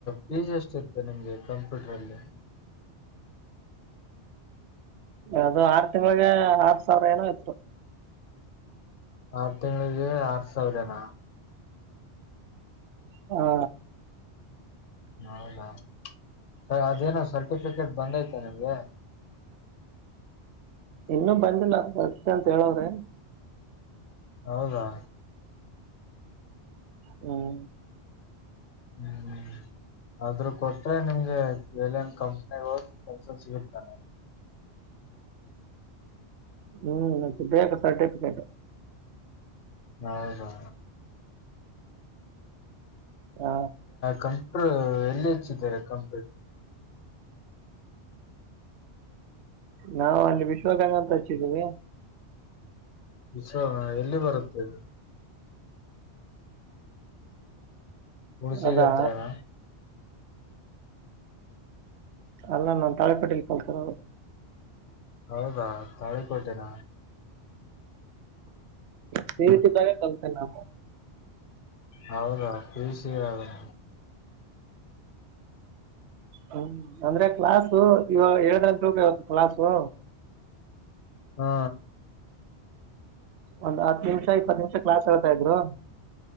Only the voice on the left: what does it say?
ಫೀಸ್ ಎಷ್ಟಿ ಇತ್ತು ನಿಮ್ಗೆ ಕಂಪ್ಯೂಟರ್ ಅಲ್ಲಿ
ಆರ್ ತಿಂಗಳಿಗೆ ಆರ್ ಸಾವಿರನಾ
ಹೌದಾ ಸರಿ ಅದೇನ ಸರ್ಟಿಫಿಕೇಟ್ ಬಂದೈತಾ ನಿಮ್ಗೆ
ಹೌದಾ
ಹ್ಮ್ ಅದ್ರ ಕೊಟ್ರೆ ನಿಮ್ಗೆ ಏಲಿಯನ್ ಕಂಪನಿಗೆ ಹೋಗಿ ಕೆಲ್ಸ ಸಿಗುತ್ತಾನೆ
ಹೌದಾ
ಕಂಪ್ಯೂಟರ್ ಎಲ್ಲಿ ಹೆಚ್ಚಿದ್ದಾರೆ ಕಂಪ್ಯೂಟರ್
ವಿಶ್ವ ಎಲ್ಲಿ ಬರುತ್ತೆ ಅಲ್ಲಿ ಹುಣಸಿಗ
ಹತ್ರನಾ
ಹೌದಾ ತಾಳಿಕೋಟೆನ
ಹೌದಾ ಪಿ-ಯು-ಸಿ ಆಗಾನ.
ಹಾ